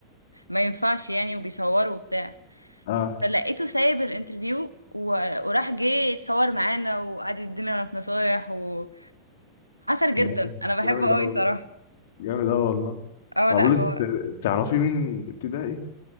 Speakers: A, on the right; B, on the left.
A: ما ينفعش يعني وبيصوروا وبتاع
B: اه
A: فلقيته سايب الانترفيو و... وراح جه يتصور معانا وقعد يدينا في نصايح وعسل جدا
B: جامد
A: انا بحبه
B: جامد
A: قوي
B: قوي
A: صراحه
B: جامد اوي والله
A: اه
B: انا
A: لا
B: بقول
A: هو
B: لك انت تعرفي مين ابتدائي